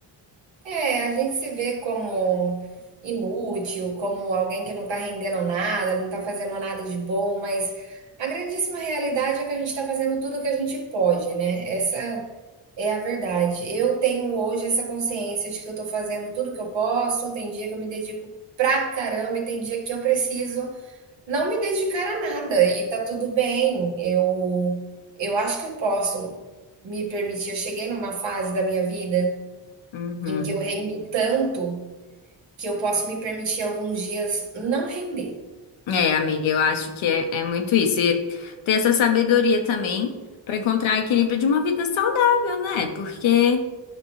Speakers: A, on the right (about 65°); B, on the left (about 75°).
A: É, a gente se vê como inútil, como alguém que não tá rendendo nada, não tá fazendo nada de bom, mas a grandíssima realidade é que a gente tá fazendo tudo o que a gente pode, né, essa é a verdade. Eu tenho hoje essa consciência de que eu tô fazendo tudo que eu posso, tem dia que eu me dedico pra caramba e tem dia que eu preciso Não me dedicar a nada e tá tudo bem. Eu eu acho que eu posso me permitir. Eu cheguei numa fase da minha vida
B: Uhum.
A: em que eu rendo tanto que eu posso me permitir alguns dias não render.
B: É, amiga, eu acho que é, é muito isso. E ter essa sabedoria também pra encontrar equilíbrio de uma vida saudável, né? Porque.